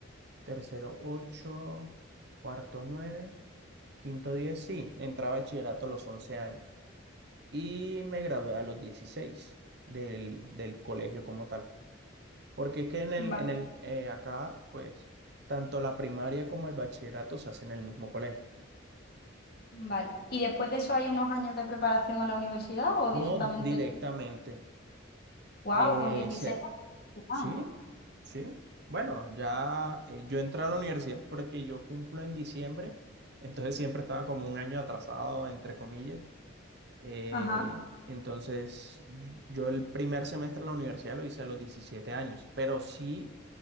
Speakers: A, on the right; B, on the left.
A: tercero 8, cuarto 9. Quinto 10, sí, entré a bachillerato a los 11 años y me gradué a los 16 del, del colegio como tal. Porque es que en el,
B: vale,
A: en el, eh, acá, pues, tanto la primaria como el bachillerato se hacen en el mismo colegio.
B: vale. ¿Y después de eso hay unos años de preparación a la universidad o
A: No
B: directamente,
A: directamente.
B: wow,
A: eh,
B: con 16?
A: se- sí,
B: Ah,
A: sí. Bueno, ya eh, yo entré a la universidad porque yo cumplo en diciembre, entonces siempre estaba como un año atrasado, entre comillas. Eh,
B: ajá,
A: entonces, yo el primer semestre de la universidad lo hice a los 17 años, pero sí